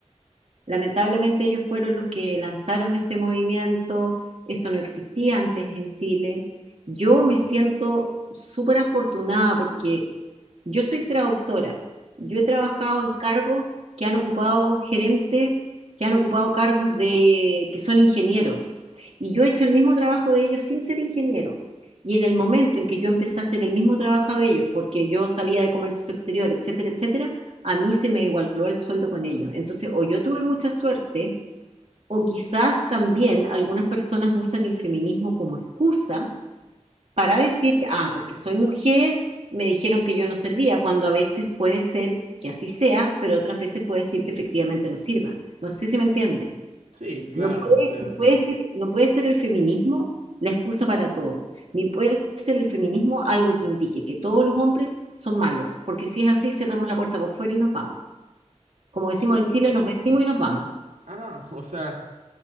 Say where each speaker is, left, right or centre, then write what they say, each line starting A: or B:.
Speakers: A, on the right; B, on the right.
A: Lamentablemente ellos fueron los que lanzaron este movimiento, esto no existía antes en Chile. Yo me siento súper afortunada porque yo soy traductora, yo he trabajado en cargos que han ocupado gerentes, que han ocupado cargos de que son ingenieros. Y yo he hecho el mismo trabajo de ellos sin ser ingeniero. Y en el momento en que yo empecé a hacer el mismo trabajo de ellos, porque yo sabía de comercio exterior, etcétera, etcétera, a mí se me igualó el sueldo con ellos. Entonces, o yo tuve mucha suerte, o quizás también algunas personas usan el feminismo como excusa para decir, ah, porque soy mujer, me dijeron que yo no servía, cuando a veces puede ser que así sea, pero otras veces puede decir que efectivamente no sirva. No sé si me entiendes.
B: Sí, claro,
A: No puede,
B: o sea,
A: no puede ser, no puede ser el feminismo la excusa para todo, ni puede ser el feminismo algo que indique que todos los hombres son malos, porque si es así, cerramos la puerta por fuera y nos vamos. Como decimos
B: sí.
A: en Chile, nos vestimos y nos vamos.
B: Ajá, <laughs> o sea.